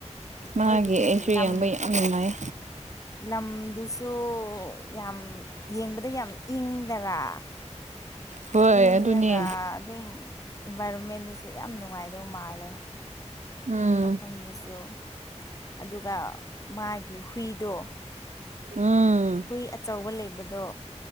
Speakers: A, on the right; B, on the left.
A: ꯃꯥꯒꯤ
B: ꯃꯣꯏꯒꯤꯗꯤ
A: ꯑꯩꯁꯨ
B: ꯂꯝ
A: ꯌꯦꯡꯕ ꯌꯥꯝ ꯅꯨꯡꯉꯥꯏ
B: ꯂꯝꯗꯨꯁꯨ ꯌꯥꯝ ꯌꯦꯡꯕꯗ ꯌꯥꯝ ꯏꯪꯗꯔꯥ
A: ꯍꯣꯏ
B: ꯏꯪꯉꯒ
A: ꯑꯗꯨꯅꯦ
B: ꯑꯗꯨꯝ ꯏꯟꯚꯥꯏꯔꯣꯟꯃꯦꯟꯗꯨꯁꯨ ꯌꯥꯝ ꯅꯨꯡꯉꯥꯏꯗꯧ ꯃꯥꯜꯂꯦ
A: ꯎꯝ
B: ꯃꯐꯝꯗꯨꯁꯨ ꯑꯗꯨꯒ ꯃꯥꯒꯤ ꯍꯨꯏꯗꯣ
A: ꯎꯝ
B: ꯍꯨꯏ ꯑꯆꯧꯕ ꯂꯩꯕꯗꯣ